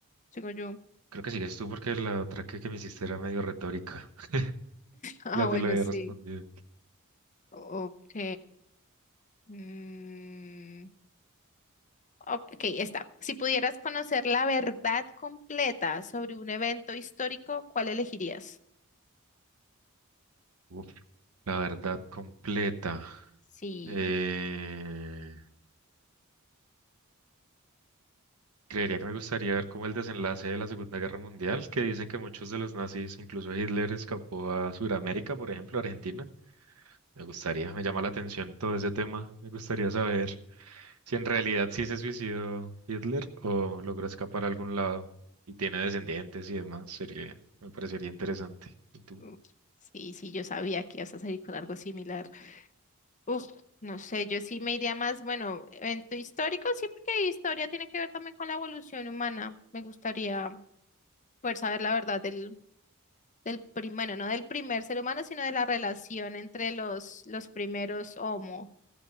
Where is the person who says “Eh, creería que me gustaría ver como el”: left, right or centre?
Right